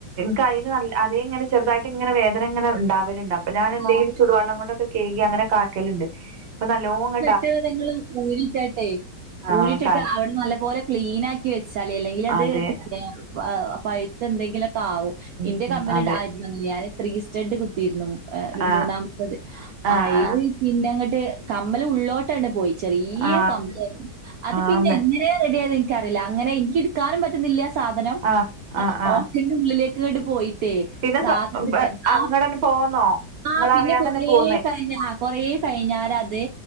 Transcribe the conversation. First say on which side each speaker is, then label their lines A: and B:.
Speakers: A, on the right; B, on the right.
A: കയ്ന നൽ ആദ്യെങ്ങെനെ ചെറുതായിട്ടങ്ങനെ വേദനങ്ങനെ ഇണ്ടാവല്ണ്ട്. അപ്പ ഞാനന്തെയ്യും
B: ആ,
A: ചുടുവെള്ളം കൊണ്ടൊക്കെ കയ്കി അങ്ങനെക്കാക്കല്ണ്ട്. ഇപ്പൊ നല്ലോങ്ങ
B: റ്റ് നിങ്ങൾ ഊരിട്ടാട്ടെ
A: ആ
B: ഊരിട്ടിട്ട്
A: ക
B: അവിടെ നല്ല പോലെ ക്ലീനാ ക്കി വെച്ചാളി. അല്ലെങ്കിലത്
A: അതെ
B: പിന്നെ പ പഴ്ത്ത് എന്തെങ്കിലൊക്കെ ആവും.
A: ഉം
B: ഇന്റെ
A: ഉം,
B: കമ്മല്
A: അതെ
B: <unintelligible> <unintelligible> ഞാന് ത്രീ സ്റ്റഡ് കുത്തിയിരുന്നു. ഒരു
A: ആ
B: മൂന്നാമത്തത്
A: ആ
B: അയ്ൽ
A: ആ
B: പിന്നെങ്ങ ട്ട് കമ്മല് ഉള്ളോട്ടണ്ട് പോയി. ചെറിയ
A: ആ
B: കമ്മല് അത് പിന്നെ
A: ആന്ന്
B: എങ്ങനെ റെഡിയായത് ഇ ൻക്കറീല്ല. അങ്ങനെ ഇൻക്ക് ഇട്ക്കാനും പറ്റുന്നില്ല സാധനം.
A: ആ
B: <unintelligible>
A: ആ ആ
B: ന്റെ ഉള്ളിലേക്ക് ങ്ങട് പോയി ട്ടെ
A: പിന്നെ
B: സാധൻത്തിൻ്റെ
A: സ്വ
B: ആഹ്
A: ഇങ്ങടന്നെ പോന്നോ നിങ്ങളറിയാതെ
B: ആഹ് പിന്നെ കുറേ
A: തന്നെ പോന്ന്
B: കഴിഞ്ഞ് ആഹ് കൊറേ കഴിഞ്ഞാരെ അ ത്